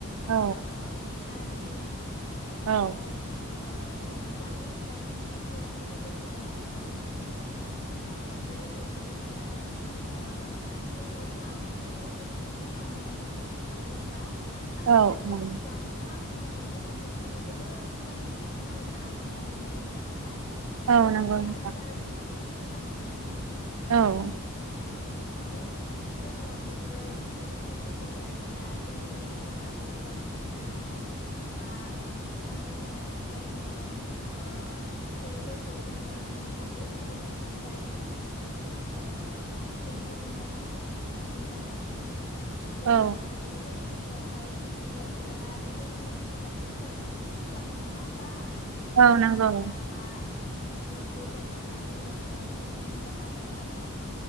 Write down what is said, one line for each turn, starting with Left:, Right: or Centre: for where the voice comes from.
Right: औ
Left: ओ दालिम ओमफ्राय
Right: औ
Left: ओ दायो जामबु फिथाइनिबो सिजोन लोगोसे ओ औ लोगोसे बेबादिनो आरो ओ दोंखोआ गोबां गुबुन गुबुन रोखोमनि आ आङो नामफोरखौ मोनहा जोबब्ला
Right: औ
Left: आङो
Right: औ
Left: जानोथ' आङो थाइजौ फिथाइखौनो जोबोद मोजां मोनसिनो आरोना न'आव मोननाय हिसाबैहाय।
Right: औ
Left: लोगोसे
Right: नंगौ नोंथां
Left: आङो तारबुजखौबो मोजां मोनो।
Right: औ।
Left: औ औ माने जोङो बेफोर फिथाइ सामथाइफोरखौ जायोब्ला जोंनि देहायाव नांगौ जानाय भिटामिन्स बा ओ नांगौ जानाय बेबायदिनो ओ थैफोरखौ जोङो मोननो हायो जेरैहाय जोङो दालिम फिथाइनिफ्राय जोङो फिथाइ ओ थैखौ मोननो हायो नांगौ जानाय माने बेसेबां
Right: औ
Left: माने जोंनि देहा देहायावहाय थै गैयाबोला बेबायदिनो जोंखौ डाक्टरफोराबो साजेस खालामो नङा होमबा? बेबायदि दालिमखौ
Right: औ नंगौ
Left: जा बा बेफोरखौ जायोबोला जोङो ओ थैखौ मोननो हागोन होननानै